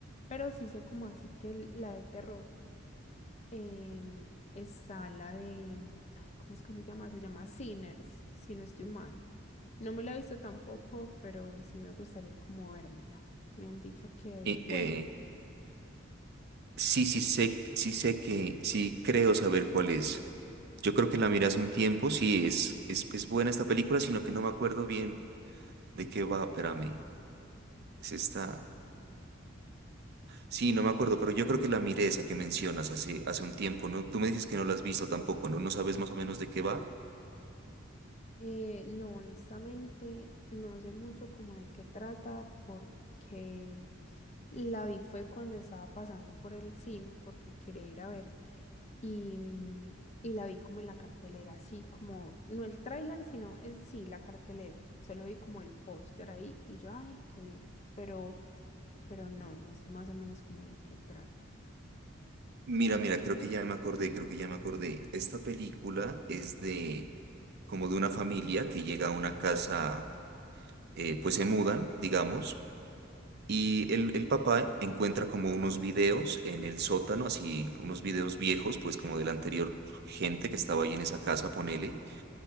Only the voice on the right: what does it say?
Eh,
eh, sí, sí sé, sí sé que, sí creo saber cuál es. Yo creo que la miré hace un tiempo, sí es, es, es buena esta película, sino que no me acuerdo bien de qué va, espérame. Es esta. Sí, no me acuerdo, pero yo creo que la miré esa que mencionas hace, hace un tiempo, ¿no? Tú me dices que no la has visto tampoco, ¿no? ¿No sabes más o menos de qué va?
Mira, mira, creo que ya me acordé, creo que ya me acordé. Esta película es de como de una familia que llega a una casa, eh, pues se mudan, digamos, y el, el papá encuentra como unos videos en el sótano, así unos videos viejos, pues como de la anterior gente que estaba ahí en esa casa, ponele